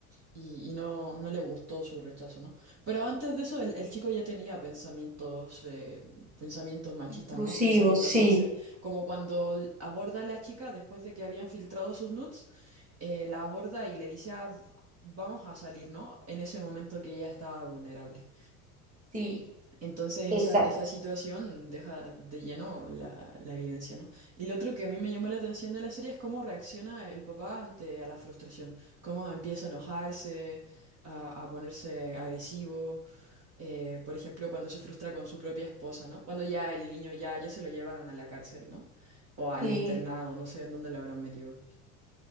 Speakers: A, on the right; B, on the right.
A: y, y no, no le gustó su rechazo, ¿no? Pero antes de eso, el, el chico ya tenía pensamientos, eh, pensamientos machistas,
B: Intrusivos,
A: ¿no? Pensamientos
B: sí.
A: incel, como cuando l- aborda a la chica después de que habían filtrado sus nudes, eh, la aborda y le dice, "Ah, vamos a salir, ¿no? En ese momento que ella estaba vulnerable.
B: Sí,
A: Entonces
B: exacto.
A: esa, esa situación deja de lleno la, la evidencia, ¿no? Y lo otro que a mí me llamó la atención de la serie es cómo reacciona el papá ante a la frustración, cómo empieza a enojarse, a, a ponerse agresivo, eh, por ejemplo, cuando se frustra con su propia esposa, ¿no? Cuando ya el niño ya, ya se lo llevaron a la cárcel, ¿no? O al
B: Sí.
A: internado, no sé en dónde lo habrán metido.